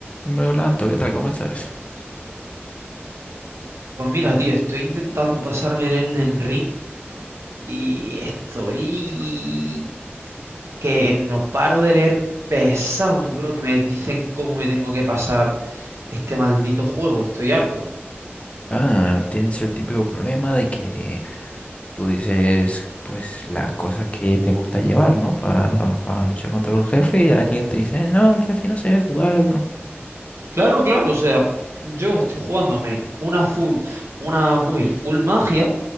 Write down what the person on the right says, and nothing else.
Pues mira, tío, estoy intentando pasarme el Elden Ring y estoy que no paro de leer pesados, bro, que me dicen cómo me tengo que pasar este maldito juego. Estoy harto.
Claro, claro, o sea, yo estoy jugándome una full, una build full magia